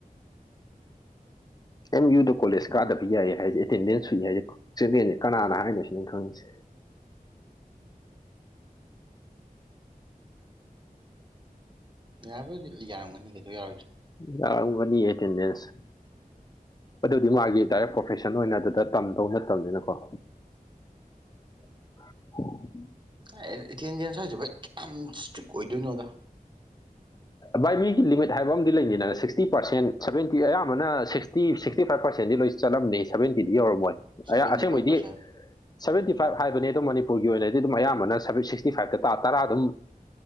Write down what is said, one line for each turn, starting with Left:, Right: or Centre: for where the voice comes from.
Left: ꯑꯦꯝ ꯌꯨꯗ ꯀꯣꯂꯦꯖ ꯀꯥꯗꯕ ꯌꯥꯏ ꯍꯥꯏꯁꯦ ꯑꯦꯇꯦꯟꯗꯦꯟꯁ ꯁꯨꯏ ꯍꯥꯏꯁꯦ ꯆꯦꯂꯦꯟꯁꯦ ꯀꯅꯥꯅ ꯍꯥꯏꯅꯣ ꯁꯤꯅ‌ꯦ ꯑꯩ ꯈꯪꯉꯤꯁꯦ
Right: ꯌꯥꯕꯨꯗꯤ ꯌꯥꯔꯝꯒꯅꯤ ꯀꯩꯗꯧ ꯌꯥꯔꯣꯏꯗꯔꯤ
Left: ꯌꯥꯔꯝꯒꯅꯤ ꯑꯦꯇꯦꯟꯗꯦꯟꯁ ꯑꯗꯨꯗꯤ ꯃꯥꯒꯤ ꯗꯥꯏꯔꯦꯛ ꯄ꯭ꯔꯣꯐꯦꯁꯟ ꯑꯣꯏꯅ ꯑꯗꯨꯗ ꯇꯝꯗꯧ ꯅꯠꯇꯕꯅꯤꯅꯀꯣ <unintelligible>
Right: ꯏ ꯑ‌ꯦꯇ‌ꯦꯟꯗ‌ꯦꯟꯁ ꯍꯥꯏꯖꯤ ꯚꯥꯏ ꯀꯌꯥꯝ ꯏꯁꯇ꯭ꯔꯤꯛ ꯑꯣꯏꯗꯣꯏꯅꯣꯗ
Left: ꯚꯥꯏ ꯃꯤꯒꯤ ꯂꯤꯃꯤꯠ ꯍꯥꯏꯕ ꯑꯃꯗꯤ ꯂꯩꯅꯤꯗꯅ ꯁꯤꯛꯁꯇꯤ ꯄꯥꯔꯁꯦꯟ ꯁꯕꯦꯟꯇꯤ ꯑꯌꯥꯝꯕꯅ ꯁꯤꯛꯁ ꯇꯤ ꯁꯤꯛꯁꯇꯤ ꯐꯥꯏꯚ ꯄꯥꯔꯁꯦꯟꯗꯤ ꯂꯣꯏ ꯆꯠꯂꯝꯅꯤ ꯁꯕꯦꯟꯇꯤꯗꯤ ꯌꯧꯔꯝꯃꯣꯏ
Right: ꯁꯚꯦꯟꯇꯤ
Left: ꯑꯌꯥ ꯑꯁꯦꯡꯕꯩꯗꯤ
Right: ꯐꯥꯏꯚ ꯄꯥꯔꯁꯦꯟ
Left: ꯁꯕꯦꯟꯇꯤ ꯐꯥꯏꯚ ꯍꯥꯏꯕꯅꯤ ꯑꯗ‌ꯣ ꯃꯅꯤꯄꯨꯔꯒꯤ ꯑꯣꯏꯅꯗꯤ ꯑꯗꯨꯝ ꯑꯌꯥꯝꯕꯅ ꯁꯁꯤꯛꯁꯇꯤ ꯐꯥꯏꯚꯇ ꯇꯥ ꯇꯔꯥ ꯗꯨ